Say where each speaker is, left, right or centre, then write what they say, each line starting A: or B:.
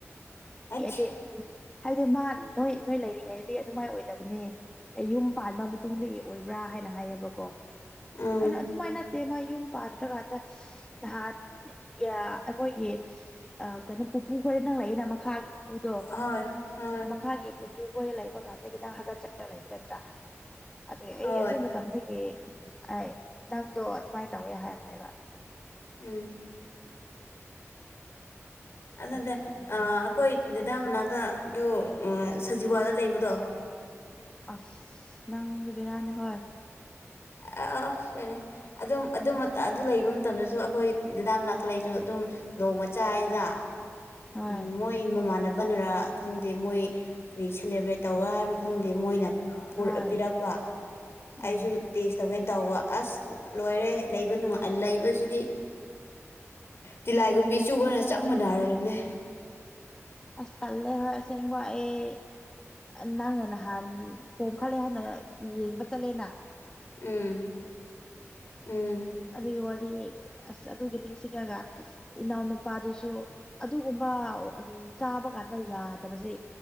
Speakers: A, on the left; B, on the left.
A: ꯑꯩꯁ
B: ꯑꯦꯗꯤ ꯎꯝ ꯍꯥꯏꯗꯤ ꯃꯥ ꯅꯣꯏ ꯅꯣꯏ ꯂꯩꯔꯤꯉꯩꯗꯤ ꯑꯗꯨꯃꯥꯏꯅ ꯑꯣꯏꯗꯕꯅꯦ ꯑꯩ ꯌꯨꯝ ꯄꯥꯟꯕ ꯃꯇꯨꯡꯗꯒꯤ ꯑꯣꯏꯕ꯭ꯔꯥ ꯍꯥꯏꯅ ꯍꯥꯏꯌꯦꯕꯀꯣ
A: ꯎꯝ
B: ꯑꯩꯅ ꯑꯗꯨꯃꯥꯏꯅ ꯅꯠꯇꯦ ꯃꯥ ꯌꯨꯝ ꯄꯥꯗ꯭ꯔꯀꯥꯟꯗ ꯅꯍꯥꯟ ꯑꯩꯈꯣꯏꯒꯤ ꯑ ꯀꯩꯅꯣ ꯄꯨꯄꯨ ꯈꯣꯏꯗ ꯅꯪꯪꯂꯛꯑꯦꯅ ꯃꯈꯥꯒꯤ ꯄꯨꯄꯨꯗꯣ
A: ꯍꯣꯏ ꯍꯣꯏ
B: ꯃꯈꯥꯒꯤ ꯄꯨꯄꯨ ꯈꯣꯏ ꯂꯩꯕ ꯀꯥꯟꯗꯒꯤ ꯅꯪ ꯍꯥꯒꯠꯆꯒ ꯂꯩꯕ ꯅꯠꯇ꯭ꯔꯥ ꯑꯗꯨ ꯑꯩ
A: ꯍꯣꯏ
B: ꯑꯗꯨ ꯃꯇꯝꯗꯒꯤ ꯒꯤ ꯑꯩ ꯅꯪꯗꯣ ꯑꯗꯨꯃꯥꯏ ꯇꯧꯋꯦ ꯍꯥꯏꯕꯅꯦꯕ
A: ꯎꯝ ꯑꯗꯨꯅꯇꯦ
B: ꯑꯗꯨꯒꯤꯅꯤꯗ
A: ꯑ ꯑꯈꯣꯏ ꯗꯗꯥ ꯃꯅꯥꯛꯇ ꯑꯗꯨ ꯁꯖꯤꯋꯥꯗ ꯂꯩꯕꯗꯣ
B: ꯑꯁ ꯅꯪ ꯖꯨ ꯕꯦꯔꯥꯅꯤ ꯍꯣꯏ
A: ꯑꯥ ꯑꯁ ꯍꯩꯔꯦ ꯑꯗꯨꯝ ꯑꯗꯨ ꯃꯠꯇ ꯑꯗꯨ ꯂꯩꯕ ꯃꯇꯝꯗꯁꯨ ꯑꯈꯣꯏ ꯗꯤꯗꯥꯝ ꯃꯅꯥꯛꯇ ꯂꯩꯁꯨ ꯑꯗꯨꯝ ꯅꯣꯡꯃꯆꯥ ꯆꯥꯏꯗ
B: ꯍꯣꯏ
A: ꯎꯝ ꯃꯣꯏ ꯃꯣ ꯃꯃꯥꯟꯅꯕꯅꯔꯥ ꯈꯪꯗꯦ ꯃꯣꯏ ꯀ꯭ꯔꯤ ꯁꯦꯂꯦꯕ꯭ꯔꯦꯠ ꯇꯧꯕꯔꯥ ꯍꯥꯏꯕ꯭ꯔꯥ ꯈꯪꯗꯦ ꯃꯣꯏꯅ
B: ꯍꯣꯏ
A: ꯄꯤꯔꯛꯄ ꯑꯩꯁꯨ
B: ꯑꯥ
A: ꯇꯦꯁ ꯇꯧꯒꯦꯟ ꯇꯧꯕ ꯑꯁ ꯂꯣꯏꯔꯦ ꯂꯩꯕ ꯅꯨꯡꯉꯥꯢ ꯂꯩꯕꯁꯤꯗꯤ ꯇꯤꯂꯥꯏꯒꯨꯝꯕꯤ ꯆꯨꯕꯅ ꯆꯞ ꯃꯥꯟꯅꯔꯕꯅꯦ
B: ꯑꯁ ꯇꯜꯂꯦ ꯍꯣꯢ ꯑꯁꯦꯡꯕ ꯑꯩ ꯅꯪꯅ ꯅꯍꯥꯟ ꯄꯣꯝꯈꯜꯂꯦ ꯍꯥꯟꯅ ꯌꯦꯡꯕ ꯆꯜꯂꯦꯅ
A: ꯎꯝ ꯎꯝ
B: ꯑꯗꯨꯒꯤ ꯋꯥꯔꯤ ꯑꯁ ꯑꯗꯨꯒꯤ ꯅꯤꯡꯁꯤꯡꯉꯒ ꯏꯅꯥꯎꯅꯨꯄꯥꯗꯨꯁꯨ ꯑꯗꯨꯒꯨꯝꯕ ꯎꯝ ꯆꯥꯕ ꯀꯥꯟꯗ ꯌꯥꯗꯕꯖꯦ